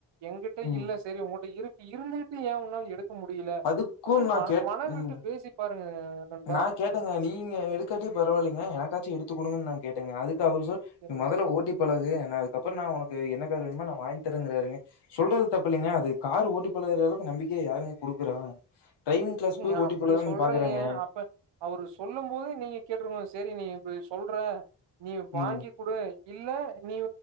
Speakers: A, on the right; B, on the left.
A: எங்கிட்ட
B: ம்.
A: இல்ல செரி உங்கட்ட இருக்கு இருந்துகிட்டு ஏன் உன்னால எடு க்க முடியல
B: அதுக்கும்
A: அப்டி
B: நான்
A: மன
B: கேட்
A: மன விட்டு
B: ம்.
A: பேசி பாருங்க நண்பா
B: நா கேட்டேங்க நீங்க எடுக்காட்டியு பரவால்லிங்க எனக்காச்சு எடுத்து குடுங்கனு நா கேட்டேங்க அதுக்கு அவரு சொ
A: செரிங்
B: நீ மொதல ஓட்டி பழகு நா அதுக்கப்பறோ நா உனக்கு என்ன காரு வேணுமோ நா வாங்கி தரேங்கிறாருங்க சொல்றது தப்பில்லைங்க அது காரு ஓட்டி பழகுற அளவுக்கு நம்பிக்கைய யாருங்க குடுக்குறா டிரைவிங் க்ளாஸ்
A: நீங்க
B: போய் ஓட்டிப்
A: அப்படி
B: பழகலான்
A: சொல்றீங்க.
B: பாக்றேங்க
A: அப்ப அவரு சொல்லும்போதே நீங்க கேட்ருக்கணு செரி நீ இப்பிடி சொல்ற நீ வாங்கி
B: ம்.
A: குடு இல்ல நீ